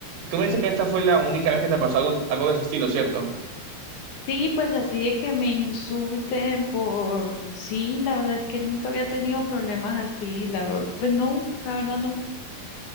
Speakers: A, on the right (about 85°); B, on the left (about 60°).
A: tú me dices que esta fue la única vez que te pasó algo, algo de ese estilo, ¿cierto?
B: Sí, pues así de que me insulten por, sí, la verdad es que nunca había tenido problemas así, la verdad, pues no, la verdad no.